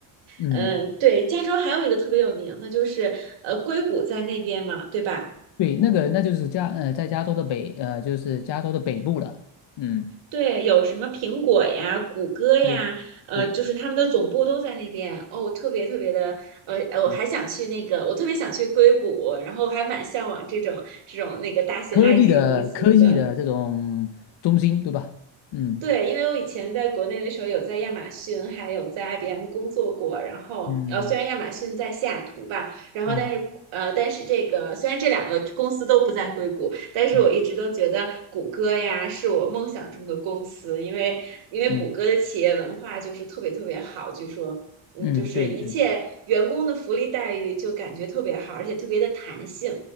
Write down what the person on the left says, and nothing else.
嗯，
对，那个那就是加呃，在加州的北呃，就是加州的北部了，嗯，
对对，
嗯
科技的科技的这种中心，
对吧？嗯
嗯
嗯
嗯
嗯
嗯，
对对，